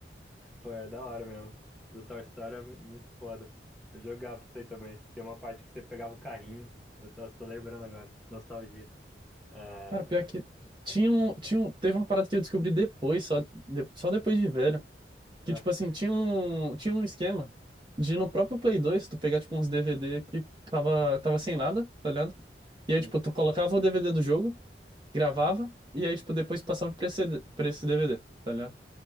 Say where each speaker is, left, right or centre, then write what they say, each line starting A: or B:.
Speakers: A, in the centre; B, on the right (about 25°).
A: pô, é da hora mesmo. Do Toy Story é muito foda. Eu jogava isso aí também. Tem uma parte que você pegava o carrinho. Eu, nossa, tô lembrando agora. Nostalgia. É.
B: Cara, pior que tinha um, tinha um- teve uma parada que eu descobri depois, só, de- só depois de velho, que
A: ah,
B: tipo assim, tinha um, tinha um esquema de no próprio Play 2 tu pegar tipo uns DVD que tava, tava sem nada, tá ligado? E
A: sim.
B: aí tipo tu colocava o DVD do jogo, gravava e aí tipo depois passava pra esse, pra esse DVD, tá ligado?